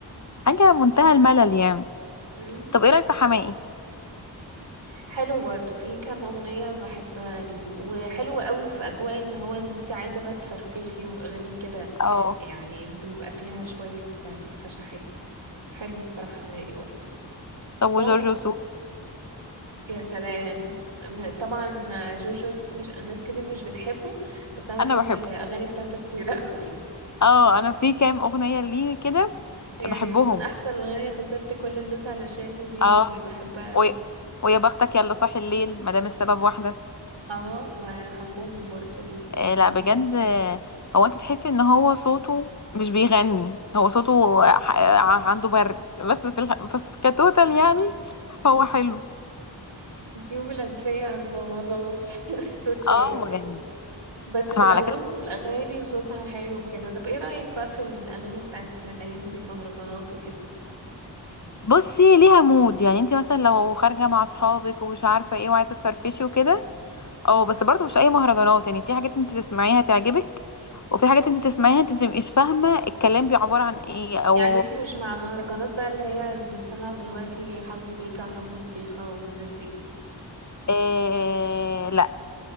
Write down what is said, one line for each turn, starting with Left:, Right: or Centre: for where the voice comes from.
Left: حاجه منتهى الملل يعني
Right: مم.
Left: طب ايه رايك في حماقي
Right: حلو برضو في كام أغنية بحبها لي وحلو قوي في أجواء اللي هو اللي انت عايزة بقى تفرفشي وأغاني كده
Left: اه
Right: يعني بيبقى فيها شوية فرفشة حلو حلو الصراحة نهائي برضه
Left: طب وجورج
Right: طبعا
Left: وسوف
Right: يا سلام م- طبعا جورج وسوف مش ناس كتير مش بتحبه بس أنا
Left: انا
Right: بحب
Left: بحبه
Right: أغاني بتاعته كتير أوي <laughs>
Left: اه انا في كام اغنيه ليه كده
Right: يعني
Left: بحبهم
Right: من أحسن الأغاني خسرت كل الناس علشان دي
Left: اه
Right: بحبها
Left: ويا
Right: أوي
Left: ويا بختك يلا صاحي الليل ما دام السبب واحده
Right: اه بحبهم برضه ال-
Left: آه،
Right: الاتنين
Left: لا بجد
Right: دول
Left: آه، هو انت تحسي ان هو صوته مش بيغني هو صوته ح- ع- عنده برد بس في الح... بس في كتوتال يعني هو حلو
Right: الجيوب الأنفية مبوظة بس <laughs> الصوت شوية
Left: اه يعني
Right: بس
Left: احنا
Right: في العموم
Left: على كده
Right: الأغاني وصوتها حلو كده طب ايه رأيك بقى في الأغاني بتاعت الأيام دي المهرجانات وكده
Left: بصي ليها مود يعني انت مثلا لو خارجه مع اصحابك ومش عارفه ايه وعايزه تفرفشي وكده اه بس برضو مش اي مهرجانات يعني في حاجات انت تسمعيها تعجبك وفي حاجات انت تسمعيها انت بتبقيش فاهمه الكلام بي عباره عن ايه او
Right: يعني انتي مش مع مهرجانات بقى اللي هي اللي طالعة دلوقتي حمو بيكا وحمو الطيخة والناس دي
Left: إيه لا